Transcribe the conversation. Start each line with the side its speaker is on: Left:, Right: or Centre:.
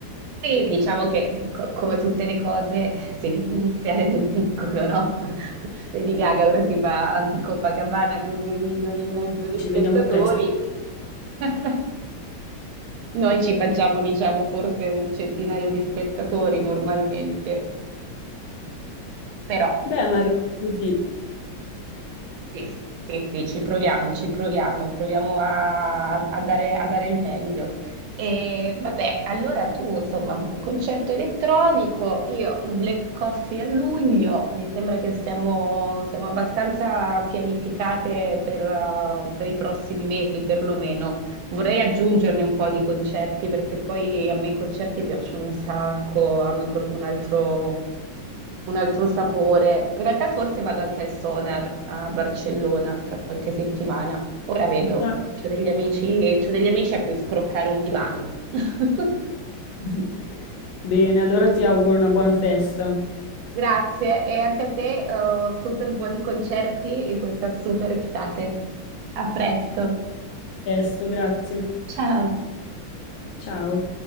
Right: Sì, diciamo che eh, co- come tutte le cose eh, si deve iniziare nel piccolo, no? <laughs> Lady Gaga ora si fa Copacabana con due milioni e mezzo di
Left: Ci
Right: spettatori.
Left: vediamo presto.
Right: <laughs> Noi ci facciamo, diciamo, forse un centinaio di spettatori normalmente, però
Left: Beh, ma è vero così.
Right: Sì, sì, sì, sì, ci proviamo, ci proviamo, proviamo a, a dare, a dare il meglio. E vabbè, allora tu, insomma, concerto elettronico, io un Black Coffee a luglio, mi sembra che stiamo, siamo abbastanza pianificate per, eh, per i prossimi mesi, perlomeno. Vorrei aggiungerne un po' di concerti, perché poi a me i concerti piacciono un sacco, hanno proprio un altro un altro sapore. In realtà forse vado anche al Sonar a Barcellona tra qualche settimana. Ora vedo,
Left: Ah.
Right: c'ho degli amici, c'ho degli amici a cui scroccare un divano. <laughs>
Left: <laughs> Bene, allora ti auguro una buona festa.
Right: Grazie e anche a te, eh, super buoni concerti in questa super estate. A presto,
Left: Presto, grazie.
Right: ciao!
Left: Ciao.